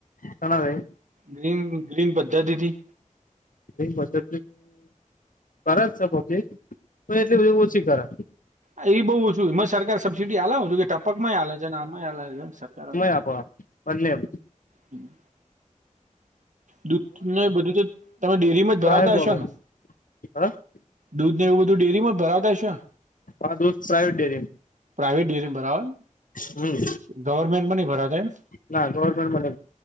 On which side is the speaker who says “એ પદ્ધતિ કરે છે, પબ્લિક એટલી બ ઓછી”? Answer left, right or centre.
Left